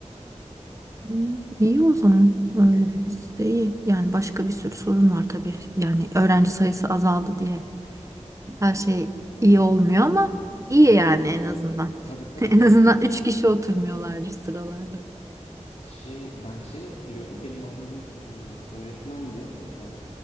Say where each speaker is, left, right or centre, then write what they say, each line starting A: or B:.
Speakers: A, on the right; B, on the left.
A: Hı, İyi o zaman. Öyleyse iyi. Yani başka bir sürü sorun var tabii. Yani öğrenci sayısı azaldı diye her şey iyi olmuyor ama iyi
B: Tabii
A: yani
B: ki
A: en
B: öyle
A: azından.
B: evet.
A: <laughs>
B: Tabii tabii
A: En
B: bence
A: azından
B: de.
A: 3 kişi oturmuyorlardır sıralarda.
B: Şey ben şeyi hatırlıyorum benim annem e, öğretmendi. E,